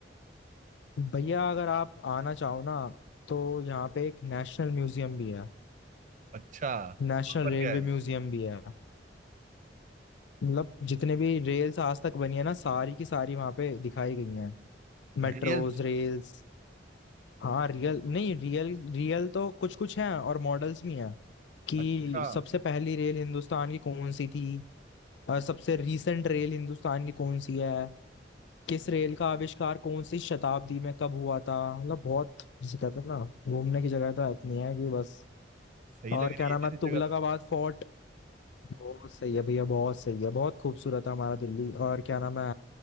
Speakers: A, on the left; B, on the right.
A: भैया अगर आप आना चाहो ना तो यहाँ पे एक नेशनल म्यूजियम भी है
B: अच्छा वहां
A: नेशनल
B: पर
A: रेलवे
B: क्या
A: म्यूजियम भी है मतलब जितने भी रेल्स आज तक बनी है ना सारी की सारी वहां पे दिखाई गई हैं Metros
B: है रेल्स
A: rails हाँ रियल नहीं रियल रियल तो कुछ कुछ हैं और मॉडल्स भी हैं कि
B: अच्छा
A: सबसे पहली रेल हिंदुस्तान की कौन सी थी और सबसे रीसेंट रेल हिंदुस्तान की कौन सी है किस रेल का आविष्कार कौन सी शताब्दी में कब हुआ था मतलब बहुत जिसे कहते हैं ना घूमने की जगह तो इतनी है कि बस
B: सही
A: और
B: लग
A: क्या
B: रही
A: नाम
B: है
A: है
B: यार ये
A: तुगलकाबाद
B: जगह तो
A: फोर्ट बहुत सही है भैया बहुत सही है बहुत खूबसूरत है हमारा दिल्ली और क्या नाम है